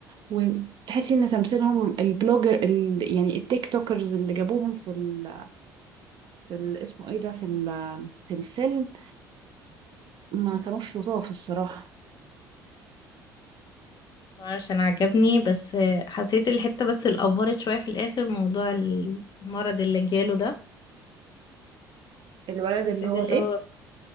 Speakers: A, on the right; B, on the left.
A: وتحسي ان تمثيلهم البلوجر ال يعني التيك توكرز اللي جابوهم في ال في ال اسمه ايه ده في ال في الفيلم ما كانوش لطاف الصراحة
B: معرفش انا عجبني بس حسيت الحتة بس الأفورت شوية في الآخر موضوع المرض اللي جاله ده
A: الولد
B: حسيت
A: اللي هو
B: اللي
A: ايه
B: هو